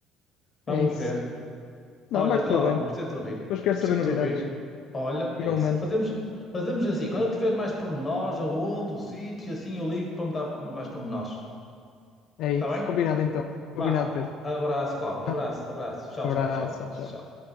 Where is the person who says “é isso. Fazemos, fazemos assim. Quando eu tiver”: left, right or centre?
Left